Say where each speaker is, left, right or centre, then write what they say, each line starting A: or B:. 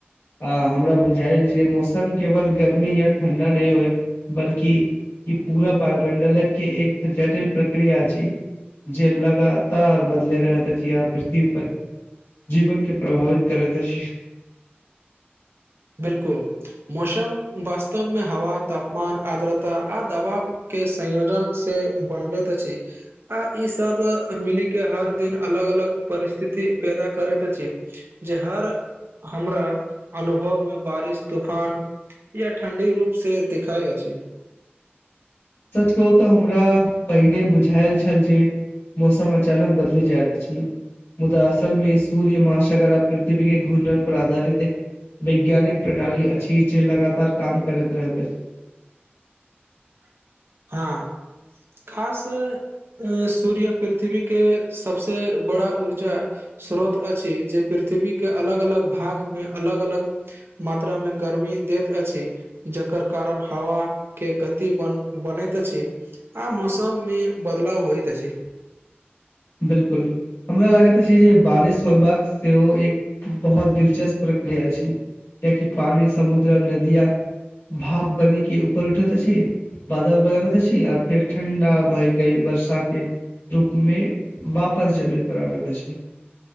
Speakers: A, on the left; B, on the right.
A: आ हमरा बुझायल जे मौसम केवल गर्मी या ठंडा नहि होइत। बल्कि ई पूरा वायुमंडल के एक जटिल प्रक्रिया छै। जे लगातार बदले रहें त आ पृथ्वी पर जीवन के प्रभावित करत अछि।
B: बिल्कूल मौसम वास्तव मे हवा तापमान आद्रता आ दबाव के संयोजनसँ बनबैत अछि आ ई सभ? मिलिकऽ हर दिन अलग अलग परिस्थिति पैदा करैत अछि। जे हर हमरा अनुभव में बारिश तूफान या ठंडी रूप से देखिाई अछि
A: सच कहू तऽ हमरा पहिने बुझायल छल जे मौसम अचानक बदली जाय तऽ चए मुदा असलमे सूर्य महाशागर आ पृथ्वी के घूर्णण पर आधारित एक। वैज्ञानिक प्रणाली अछि। जे लगातार काम करैत रहैत अछि।
B: <inaudible> हँ खास सूर्य पृथ्वी के सभसे बड़ा ऊर्जा स्रोत अछि। जे पृथ्वी के अलग अलग भाग मे अलग अलग मात्रा मे गर्मी दैत अछि। जकर कारण हवा के गति बन बनैत अछि। आ मौसम मे बदलाव होइत अछि।
A: बिल्कुल हमरा लागैत अछि। जे बारिश होयबाक सेहो एक बहुत दिलचस्प प्रक्रिया छै। कियाकि पानी समुद्र नदियाक भाप बनी कऽ उपर उठैत अछि बादल बनाबतऽ अछि। आ फेर ठण्डा भए के वर्षा के रूप मे वापस जमीन पर आबैत अछी।